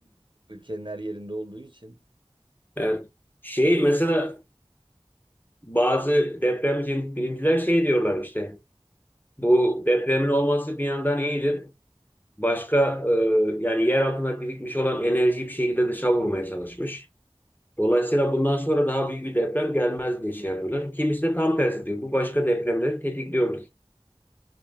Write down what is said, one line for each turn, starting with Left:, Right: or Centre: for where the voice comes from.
Right: Ülkenin her yerinde olduğu için.
Left: Evet. Şey mesela bazı depremci bilimciler şey diyorlar işte bu depremin olması bir yandan iyidir. Başka e, yani yer altında birikmiş olan enerjiyi bir şekilde dışa vurmaya çalışmış. Dolayısıyla bundan sonra daha büyük bir deprem gelmez diye şey yapıyorlar. Kimisi de tam tersi diyor. Bu başka depremleri tetikliyordur.